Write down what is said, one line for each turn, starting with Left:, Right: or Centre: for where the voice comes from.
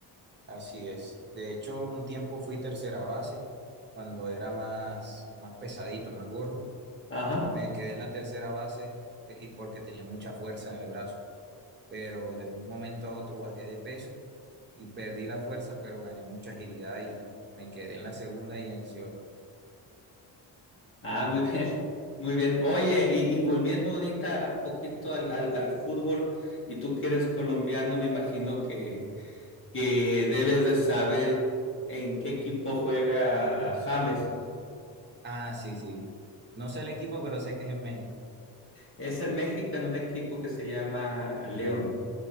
Right: así es. De hecho, un tiempo fui tercera base, cuando era más, más pesadito, más gordo.
Left: Ajá.
Right: Me quedé en la tercera base y porque tenía mucha fuerza en el brazo, pero de un momento a otro bajé de peso y perdí la fuerza, pero gané mucha agilidad y me quedé en la segunda y en el Seoul.
Left: Ah, muy bien, muy bien. Oye, y, y volviendo ahorita un poquito al, al al fútbol, y tú que eres colombiano, me imagino que que debes de saber en qué equipo juega James.
Right: Ah, sí, sí. No sé el equipo, pero sé que es en México.
Left: Es en México en un equipo que se llama León.